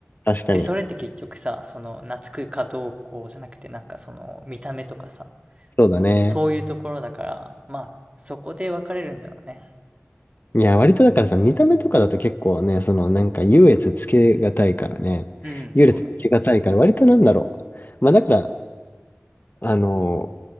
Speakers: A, on the left (about 45°); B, on the right (about 30°).
A: 確かに。
B: で、それって結局さ、その、懐くかどうこうじゃなくて、なんかその、見た目とかさ、
A: そうだね。
B: そういうところだから、まあ、そこで分かれるんだろうね。
A: いや、割とだからさ、見た目とかだと結構ね、そのなんか優劣つけがたいからね。
B: うん、
A: 優劣つけがたいから、
B: そうだね。
A: 割となんだろう。まあだから、あの